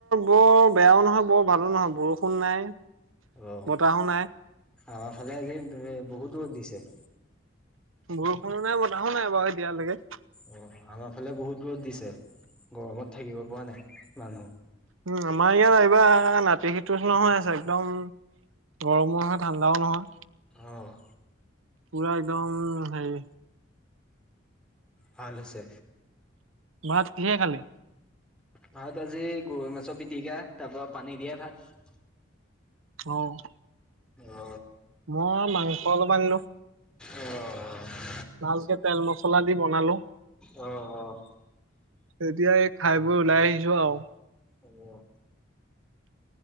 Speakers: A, on the right; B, in the centre.
A: বৰ বেয়াও নহয়, বৰ ভালো নহয় বৰষুণ নাই
B: অ',
A: বতাহো নাই
B: আমাৰ ফালে আজি বহুত ৰ'দ দিছে
A: বৰষুণো নাই, বতাহো নাই, বাৰু এতিয়ালৈকে
B: অ', আমাৰ ফালে বহুত দূৰত দিছে গৰমত থাকিব পৰা নাই মানুহ
A: উম, আমাৰ ইয়াত এইবা নাতিশীটোচ নহয় আছে একদম গৰমো নহয়, ঠাণ্ডাও নহয়
B: অ',
A: পুৰা একদম হেই
B: ভাল হৈছে
A: ভাত কিহে খালি?
B: ভাত আজি গৰৈ মাছৰ পিটিকা, তাৰ পৰাৰা পানী দিয়ে ভাত
A: অ',
B: অ
A: মই মাংস অলপ আনিলো
B: অ
A: ভালকে, তেল মছলা দি বনালো
B: অ',
A: তেতিয়া, এই খাই বোৰ ওলাই আহিছো আৰু
B: অ',